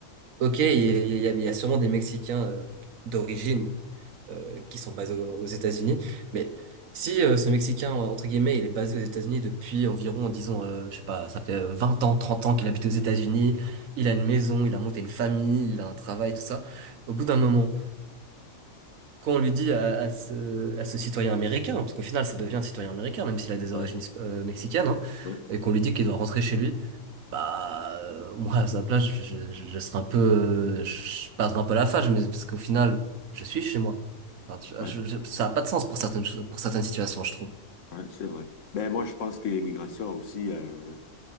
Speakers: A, on the right (about 80°); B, on the left (about 70°).
A: Ok, il y a, il y a- il y a sûrement des Mexicains euh, d'origine euh, qui sont basés aux, aux États-Unis, mais si euh, ce Mexicain, entre guillemets, il est basé aux États-Unis depuis environ, disons, euh, je sais pas, ça fait euh, 20 ans, 30 ans qu'il habite aux États-Unis, il a une maison, il a monté une famille, il a un travail, tout ça, au bout d'un moment, quand on lui dit à, à ce, à ce citoyen américain, parce qu'au final, ça devient un citoyen américain, même s'il a des
B: ouais,
A: origines hisp- euh, mexicaines, hein,
B: ouais,
A: et qu'on lui dit qu'il doit rentrer chez lui, bah, euh, moi, à sa place, je, je, je je serais un peu, euh, je perdrais un peu la face, mais parce qu'au final, je suis chez moi. Enfin, tu-
B: ouais,
A: je- je- ça a pas de sens pour certaines choses, pour certaines situations, je trouve.
B: ouais, c'est vrai. Ben moi, je pense que l'immigration a aussi euh,